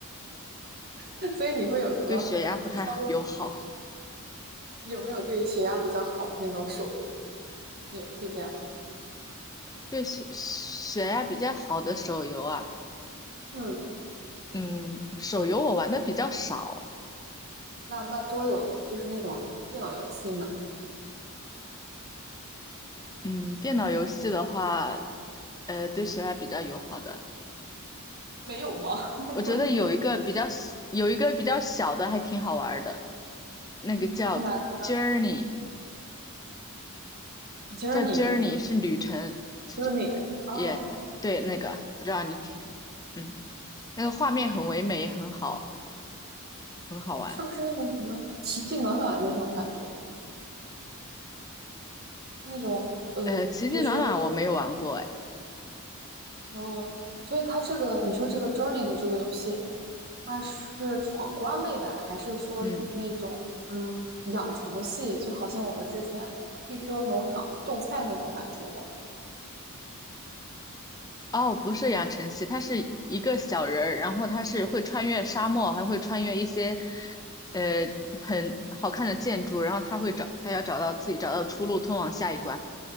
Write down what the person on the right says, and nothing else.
<laughs> 所以你会有什么稍微
有没有对血压比较好那种手游，你有推荐吗？
嗯。
那那桌游就是那种电脑游戏呢？
没有吗？<laughs>
嗯，是哪个
？Journey
Journey 啊，
是不是那个什么奇迹暖暖那种感觉？那种呃，
就是哦，所以它这个你说这个 Journey 的这个游戏，它是闯关类的，还是说以那种嗯养成系，
就好像我们之前 QQ 农场种菜那种感觉的